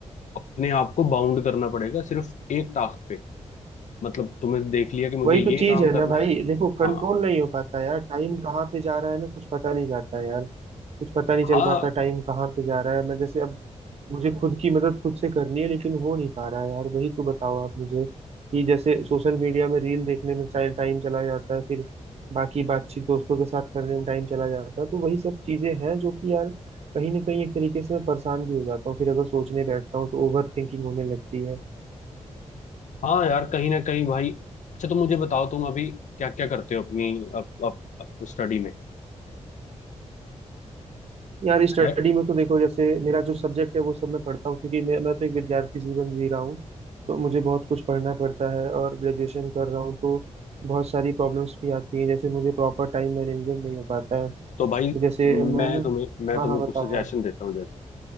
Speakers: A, on the left; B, on the right.
A: अपने आप को बाउंड करना पड़ेगा सिर्फ एक टास्क पे मतलब तुमने देख लिया कि मुझे
B: वही
A: ये
B: तो चीज
A: काम
B: है
A: करना
B: ना भाई
A: है
B: देखो कंट्रोल
A: हाँ
B: नहीं हो पाता यार टाइम कहाँ पे जा रहा है ना कुछ पता नहीं जाता है यार कुछ पता नहीं चल
A: हाँ
B: पाता टाइम कहाँ पे जा रहा है मैं जैसे अब मुझे खुद की मदद खुद से करनी है लेकिन हो नहीं पा रहा है यार वही तो बताओ आप मुझे कि जैसे सोशल मीडिया में रील देखने में चाहे टाइम चला जाता है फिर बाकी बातचीत दोस्तों के साथ करने में टाइम चला जाता है तो वही सब चीजें हैं जो कि यार कहीं ना कहीं एक तरीके से मैं परेशान भी हो जाता हूँ फिर अगर सोचने बैठता हूँ तो ओवर थिंकिंग होने लगती है
A: हाँ यार कहीं ना कहीं भाई अच्छा तुम मुझे बताओ तुम अभी क्या क्या करते हो अपनी अप, अप, अप स्टडी में
B: यार स्टडी
A: है
B: में तो देखो जैसे मेरा जो सब्जेक्ट है वो सब मैं पढ़ता हूँ क्योंकि मैं मैं तो एक विद्यार्थी जीवन जी रहा हूँ तो मुझे बहुत कुछ पढ़ना पड़ता है और ग्रेजुएशन कर रहा हूँ तो बहुत सारी प्रॉब्लम्स भी आती हैं जैसे मुझे प्रॉपर टाइम मैनेजमेंट नहीं हो पाता है तो
A: तो भाई
B: जैसे मैं
A: मैं
B: ना
A: तुम्हें मैं
B: हाँ
A: तुम्हें
B: हाँ बताओ
A: कुछ सजेशन
B: आप
A: देता हूँ जैसे